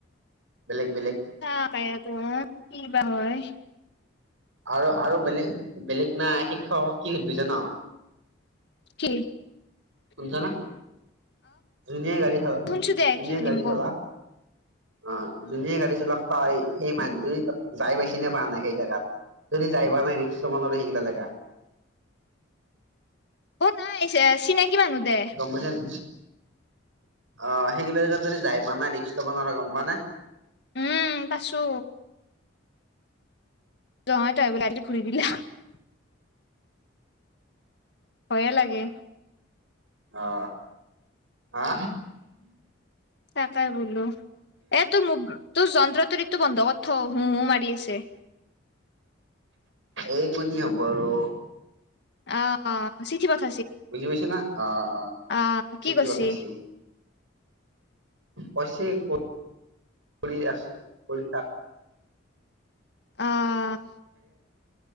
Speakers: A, on the right (about 75°); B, on the left (about 55°).
A: বেলেগ বেলেগ।
B: <unintelligible> কি বা হয়।
A: আৰু আৰু বেলেগ বেলেগ নাই শিক্ষক কি সুধবি জান?
B: কি?
A: শুন'ছ না জুনীয়া গাড়ী চ
B: শুনছো দে
A: যোনে
B: কি সুধিম
A: গাড়ী
B: ক
A: চলা অ', যোনে গাড়ী চলাওক হয়, সেই মানুহটো তাত যাই বেছি নে পোৱা নাই সেই জেগাত? যদি যাই পোৱা নাই ৰিস্ক লব নোৱাৰোঁ সেইবিলাক জেগা।
B: অ', নাই চিনাকি মানুহ দে।
A: গম পাইছা নে অ', সেইগিলা জেগাত যদি যাই পোৱা নাই ৰিক্সা লব নোৱাৰা গম পাওঁ নে?
B: উম, পাছো। <unintelligible> ভয়ে লাগে।
A: অ', আ,
B: তাকেই বোলো এইটো তোৰ যন্ত্ৰটো ঋতু বন্ধ কৰি থ হুম হুম মাৰি আছে।
A: এইকণি হ'ব আৰু।
B: অ', অ', চিতি বচ
A: বুজি পাইছা না অ অ
B: অ',
A: চিঠি
B: কি কৰছি?
A: পঠাইছি কৈছে কৰি আছোঁ কৰি থাক।
B: অ',